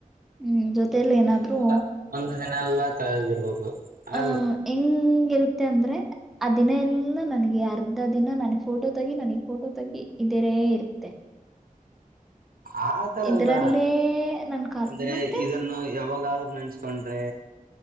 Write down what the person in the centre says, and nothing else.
ಹೂ ಜೊತೆಯಲ್ಲಿ
ಏನಾದ್ರು
ಆಹ ಹೆಂಗಿರುತ್ತೆ ಅಂದ್ರೆ ಆ ದಿನ ಎಲ್ಲ ನನ್ಗೆ ಅರ್ ದಿನ ನನ್ ಫೋಟೋ ತಗಿ ನನಗ್ ಫೋಟೋ ತಗಿ ಇದೇರೇ ಇರುತ್ತೆ
ಇದರಲ್ಲೇ ನನ್ನ ಕಾಲ
ಮತ್ತೆ